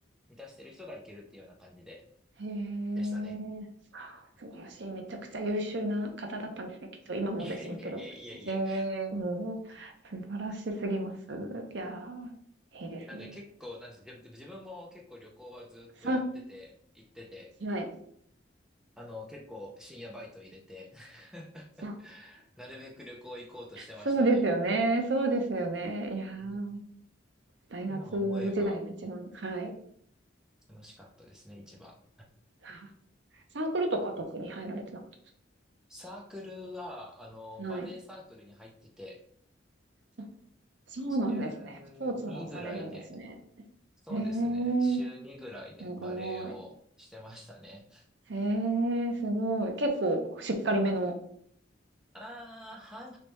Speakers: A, in the centre; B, on the right.
A: 満たしてる人がいけるっていうような感じで、
B: へえ。
A: でしたね。
B: 素晴らしい。めちゃくちゃ優秀な方だったんですね。きっと今もでしょうけど。
A: <laughs> いえいえいえいえいえ。
B: ええ、もう、素晴らしすぎます。いやー、いいですね。
A: なんで結構、なんですか、自自分も結構旅行はずっとやってて、
B: さ、
A: 行ってて、
B: はい。
A: あの、結構深夜バイト入れて <laughs>
B: あ、
A: なるべく旅行行こうとしてましたね。
B: そうですよね。そうですよね。いやー
A: うん
B: 大学時代が一番、
A: 今思えば
B: はい。
A: 楽しかったですね、一番。
B: あサークルとかは特に入られてなかっ
A: サークルは、あの、
B: たはい。
A: バレエサークルに入ってて、
B: あそうなんですね。
A: 週2ぐらいで、
B: スポーツもされるんですね。
A: そうですね、
B: へえ、
A: 週2ぐらいでバレエをしてましたね。
B: すごい。へえ、すごい。結構しっかりめの。
A: ああ、半